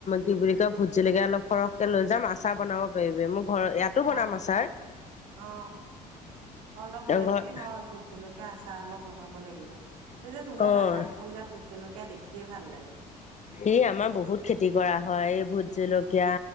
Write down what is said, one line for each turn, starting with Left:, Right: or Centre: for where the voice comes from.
Left: কি বুলি কয় ভোত জলকীয়া অলপ সৰহকে লৈ যাম আচাৰ বনাব পাৰিবি। মোক ঘৰৰ ইয়াতো বনাম
Right: অ
Left: আছাৰ।
Right: অ' অলপ লৈ আহিবি
Left: ঘৰত
Right: মই ভোট জলক কীয়া আচাৰ অলপ বনাব লাগিব। তাৰ পিছত তোহোতৰ
Left: অ',
Right: বাগান খন যে ভোট জলকীয়া দেখিয়ে ভাল লাগে।
Left: ই আমাৰ বহুত খেতি কৰা হয়। এই ভোট জলকীয়া,